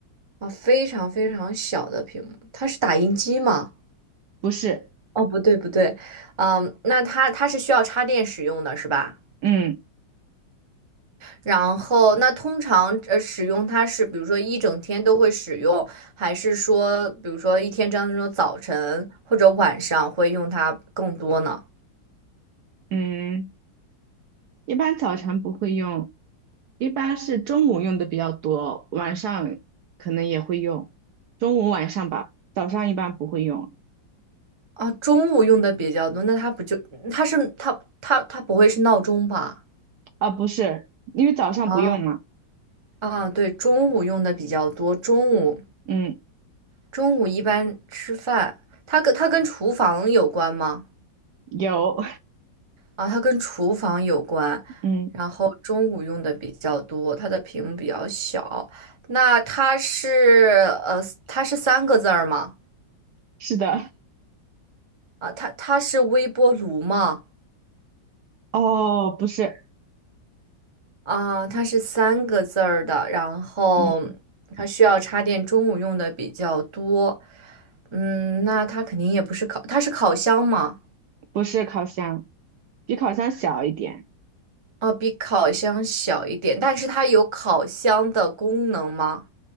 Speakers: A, on the right (about 35°); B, on the right (about 70°).
A: 啊，非常非常小的屏幕。它是打印机吗？
B: 不是，
A: 哦，不对不对，嗯，那它它是需要插电使用的是吧？
B: 嗯
A: 然后那通常呃使用它是比如说一整天都会使用，还是说比如说一天当中早晨或者晚上会用它更多呢？
B: 嗯。一般早晨不会用，一般是中午用的比较多，晚上可能也会用，中午晚上吧，早上一般不会用，
A: 啊，中午用的比较多，那它不就它是它它它不会是闹钟吧？
B: 啊，不是，因为早上不用嘛，
A: 啊啊，对，中午用的比较多，中午
B: 嗯，
A: 中午一般吃饭，它跟它跟厨房有关吗？
B: 有，
A: 啊，它跟厨房有关，
B: <laughs> 嗯，
A: 然后中午用的比较多，它的屏幕比较小。那它是呃，它是三个字儿吗？
B: 是的，
A: 啊，它它是微波炉吗？
B: 哦，不是，
A: 啊，它是三个字儿的，然后它需要插电，
B: 嗯，
A: 中午用的比较多。嗯，那它肯定也不是烤，它是烤箱吗？
B: 不是烤箱，比烤箱小一点，
A: 啊，比烤箱小一点，但是它有烤箱的功能吗？